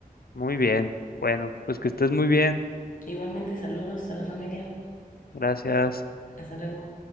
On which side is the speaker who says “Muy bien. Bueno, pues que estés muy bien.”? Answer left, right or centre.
Left